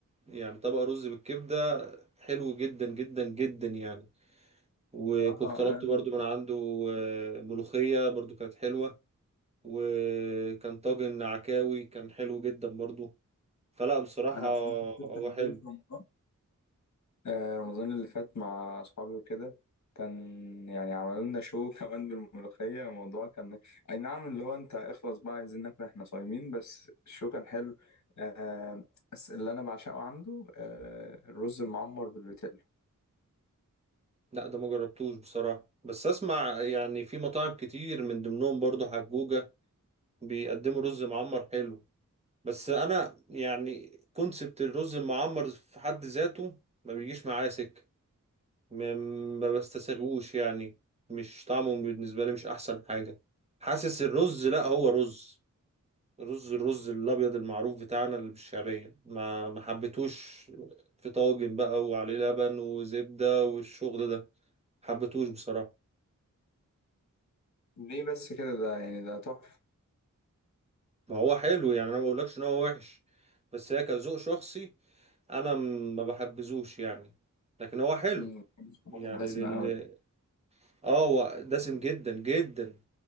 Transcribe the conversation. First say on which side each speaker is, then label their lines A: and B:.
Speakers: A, on the right; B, on the left.
A: يعني طبق رز بالكبدة حلو جدا جدا جدا يعني وكنت
B: بصراحة
A: طلبت
B: أنا
A: برضو من عنده آه، ملوخية برضو كانت حلوة وكان طاجن عكاوي كان حلو جدا برضو فلا بصراحة
B: أنا بصراحة فطرت
A: هو
B: عندهم
A: حلو
B: في رمضان آه، رمضان اللي فات مع أصحابي وكده كان يعني عملوا لنا شو <laughs> كمان بالملوخية الموضوع كان أي نعم اللي هو أنت اخلص بقى عايزين ناكل إحنا صايمين بس الشو كان حلو آه، بس اللي أنا بعشقه عنده آه، الرز المعمر بالبتلو
A: لا ده ما جربتوش بصراحة بس اسمع يعني في مطاعم كتير من ضمنهم برضو حجوجة بيقدموا رز معمر حلو بس انا يعني كونسبت الرز المعمر في حد ذاته ما بيجيش معايا سكة ما ما بستساغوش يعني مش طعمه بالنسبة لي مش احسن حاجة حاسس الرز لا هو رز رز الرز الابيض المعروف بتاعنا اللي بالشعريه ما ما حبيتوش في طاجن بقى وعليه لبن وزبده والشغل ده حبيتوش بصراحه
B: ليه بس كده ده يعني ده تحفة
A: ما هو حلو يعني انا ما بقولكش ان هو وحش بس هي كذوق شخصي انا م- ما بحبذوش يعني لكن هو حلو
B: مم، ما بحبش الحاجات
A: يعني
B: الدسمة
A: لل...
B: أوي
A: اه هو دسم جدا جدا